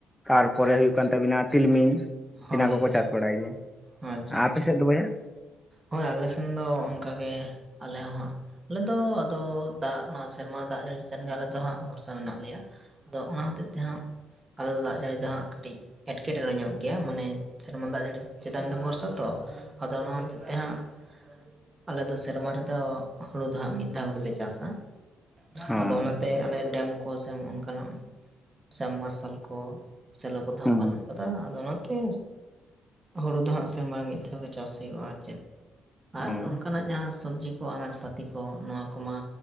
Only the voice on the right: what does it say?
ᱦᱳᱭ
ᱦᱳᱭ
ᱟᱪᱪᱷᱟ ᱟᱪᱪᱷᱟ
ᱦᱳᱭ ᱟᱞᱮ ᱥᱮᱱ ᱫᱚ ᱚᱱᱠᱟ ᱜᱮ ᱟᱞᱮ ᱦᱚᱸ ᱦᱟᱸᱜ ᱟᱞᱮ ᱫᱚ ᱟᱫᱚ ᱫᱟᱜ ᱱᱚᱣᱟ ᱥᱮᱨᱢᱟ ᱫᱟᱜ ᱡᱟᱹᱲᱤ ᱪᱮᱛᱟᱱ ᱜᱮ ᱟᱞᱮ ᱫᱚ ᱦᱟᱸᱜ ᱵᱷᱚᱨᱥᱟ ᱢᱮᱱᱟᱜ ᱞᱮᱭᱟ ᱾ ᱟᱫᱚ ᱚᱱᱟ ᱦᱚᱛᱮᱡ ᱛᱮᱦᱟᱸᱜ ᱟᱞᱮ ᱫᱚ ᱫᱟᱜ ᱡᱟᱹᱲᱤ ᱫᱚ ᱦᱟᱸᱜ ᱠᱟᱹᱴᱤᱡ ᱮᱸᱴᱠᱮᱴᱚᱬᱮ ᱧᱚᱜ ᱜᱮᱭᱟ ᱢᱟᱱᱮ ᱥᱮᱨᱢᱟ ᱫᱟᱜ ᱡᱟᱹᱲᱤ ᱪᱮᱛᱟᱱ ᱨᱮ ᱵᱷᱚᱨᱥᱟ ᱛᱚ ᱟᱫᱚ ᱱᱚᱣᱟ ᱛᱮᱦᱟᱸᱜ ᱟᱞᱮ ᱫᱚ ᱥᱮᱨᱢᱟ ᱨᱮᱫᱚ ᱦᱩᱲᱩ ᱫᱚ ᱦᱟᱸᱜ ᱢᱤᱫ ᱫᱷᱟᱣ ᱜᱮᱞᱮ ᱪᱟᱥᱟ ᱾
ᱟᱫᱚ ᱚᱱᱟ ᱛᱮ ᱟᱞᱮ ᱰᱮᱢ ᱠᱚ ᱥᱮ ᱚᱱᱠᱟᱱᱟᱜ ᱥᱟᱢ ᱢᱟᱨᱥᱟᱞ ᱠᱚ ᱥᱮᱞᱚ ᱠᱚᱫᱚ ᱦᱟᱸᱜ
ᱵᱟᱹᱱᱩᱜ ᱠᱟᱫᱟ ᱟᱫᱚ ᱚᱱᱟ ᱛᱮ ᱦᱩᱲᱩ ᱫᱚ ᱦᱟᱸᱜ ᱥᱮᱨᱢᱟ ᱨᱮ ᱢᱤᱫ ᱫᱷᱟᱣ ᱜᱮ ᱪᱟᱥ ᱦᱩᱭᱩᱜ-ᱟ ᱟᱨ ᱪᱮᱫ
ᱟᱨ ᱚᱱᱠᱟᱱᱟᱜ ᱡᱟᱦᱟᱸ ᱥᱚᱵᱽᱡᱤ ᱠᱚ ᱟᱱᱟᱡᱽ ᱯᱟᱹᱛᱤ ᱠᱚ ᱱᱚᱣᱟ ᱠᱚᱢᱟ